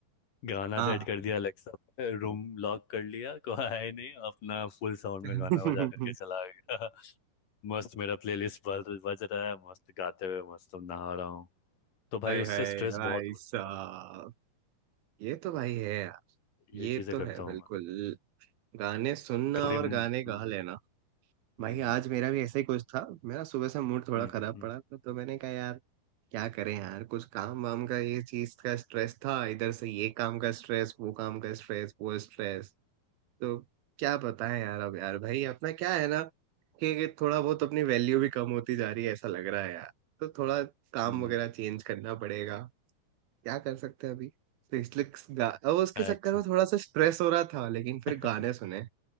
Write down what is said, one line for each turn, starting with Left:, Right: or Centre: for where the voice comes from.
Left: गाना
Right: हाँ
Left: सेट कर दिया अलेक्सा पे रूम लॉक कर लिया कोई आया ही नहीं अपना फुल साउंड
Right: <laughs>
Left: में गाना बजा करके चला गया <laughs> मस्त मेरा प्लेलिस्ट बज बज रहा है मस्त गाते हुए मस्त नहा रहा हूँ तो भाई
Right: हाय
Left: उससे
Right: हाय
Left: स्ट्रेस
Right: भाई
Left: बहुत दूर
Right: साहब
Left: होता
Right: ये तो भाई है यार
Left: है
Right: ये
Left: ये चीज़ें
Right: तो
Left: करता
Right: है
Left: हूँ
Right: बिल्कुल
Left: मैं
Right: गाने सुनना
Left: कभी
Right: और
Left: हम्म
Right: गाने गा
Left: हम्म
Right: लेना
Left: हम्म
Right: भाई आज मेरा भी ऐसा ही कुछ था मेरा सुबह से मूड थोड़ा
Left: हम्म,
Right: खराब
Left: हम्म,
Right: पड़ा था तो मैंने कहा यार क्या करें यार कुछ काम वाम का ये चीज का स्ट्रेस था इधर से ये काम का स्ट्रेस वो काम का स्ट्रेस वो स्ट्रेस तो क्या बताएं
Left: हम्म,
Right: यार अब यार भाई अपना क्या है ना कि कि थोड़ा बहुत अपनी वैल्यू भी कम होती जा रही है ऐसा लग रहा है यार तो थोड़ा काम
Left: हम्म,
Right: वगैरह चेंज करना पड़ेगा क्या कर सकते हैं अभी तो इसलिए गा- अब उसके
Left: अच्छा
Right: चक्कर में थोड़ा सा स्ट्रेस हो रहा था लेकिन फिर
Left: <laughs>
Right: गाने सुने